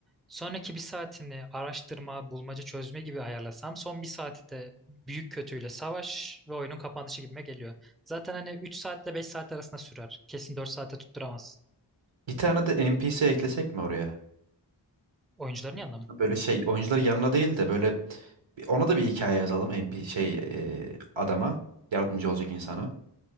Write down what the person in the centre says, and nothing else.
Sonraki bir saatini araştırma, bulmaca çözme gibi ayarlasam son bir saati de büyük kötüyle savaş ve oyunun kapanışı gibime geliyor. Zaten hani 3 saatle 5 saat arasında sürer. Kesin 4 saate tutturamaz.
Oyuncuların yanına mı?